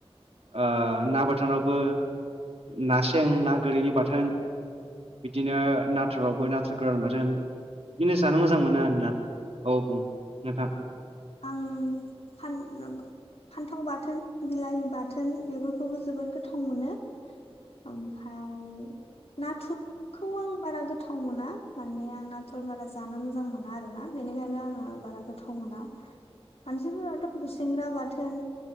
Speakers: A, on the right (about 75°); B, on the left (about 75°).
A: ओ ना बाथोनावबो ना सें ना गोरिनि बाथोन बिदिनो नाथुरावबो नाथुर गोरान बाथोन बिदिनो जानो मोजां मोनो आरोना औ बुं नोंथां
B: आं फा फान्थाव बाथोन बिलाहि बाथोन बेफोरखौबो जोबोर गोथाव मोनो ओमफाय नाथुरखौ आं बारा गोथाव मोना माने आं नाथुर बारा जानो मोजां मोना आरोना बे बेनिखायनो आङो बारा गोथाव मोना मानसिफोराथ' गुसेंग्रा बाथोन